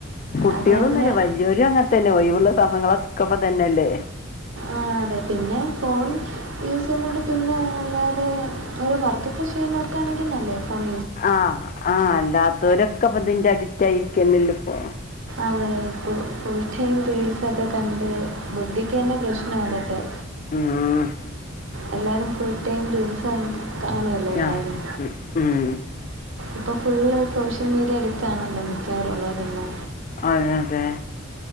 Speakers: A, on the left; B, on the right.
A: കുട്ടികളൊന്നുംല്ല
B: അത് തന്നെ
A: വല്യൊരു അങ്ങന തന്നെ ഒഴിവുള്ള സമയങ്ങളൊക്കപ്പ ഇത് തന്നെയല്ലേ.
B: ആഹ അതെ പിന്നെ ഫോൺ യൂസ് ചെയ്യുന്നണ്ട് പിന്നെ അല്ലാതെ. ഒരു വർക്കെ ചെയ്യുന്നവർക്കാണെങ്കിൽ നല്ലേ ഫോണ
A: ആഹ് ആഹ് അല്ലാത്തവരൊക്കെപ്പ ഇതിന്റെ അഡിറ്റ ആയിരിക്കല്ലല്ലോപ്പോ.
B: അതെ ഇ ഫുൾ ടൈം റീൽസൊക്കെ കണ്ട് ബുദ്ധിക്ക് തന്ന പ്രശ്നം അതൊക്കെ
A: മുആഹ
B: എല്ലാരും ഫുൾ ടൈം റീൽസ് കാണുല്ലോ എല്ലാരും
A: ആഹ് ഉം
B: ഇപ്പൾ ഫുള്ള് സോഷ്യൽ മീഡിയ എടുക്കാണല്ലോ മിക്കവറുംള്ളവരെല്ലോ.
A: അതെ അതെ